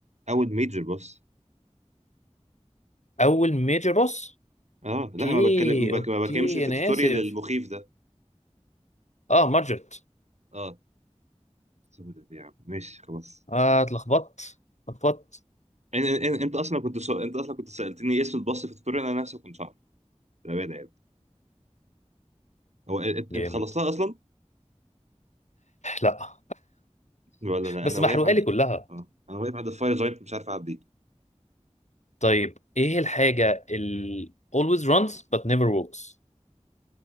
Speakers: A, on the right; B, on the left.
A: اول ميجر بوس
B: اول ميجر بوس
A: اه
B: اوكي
A: لا ما بتكلم ما
B: اوكي
A: بك- ما بكلمش في
B: انا
A: التوتوريال
B: اسف
A: المخيف ده
B: اه مارجرت
A: اه سودة دي يا عم ماشي خلاص
B: اه اتلخبطت اتلخبطت
A: إن- إن- انت اصلا كنت سو... انت اصلا كنت سالتني إيه اسم الباص في التوتوريال انا نفسي كنت عارف بامانه يعني هو انت
B: جامد
A: انت خلصتها اصلا
B: لا
A: ولا
B: <laughs>
A: لا
B: بس
A: انا واقف
B: محروقه
A: عند
B: لي كلها
A: اه انا واقف عند الفاير جاينت مش عارف اعدي
B: طيب ايه الحاجه اللي always runs but never walks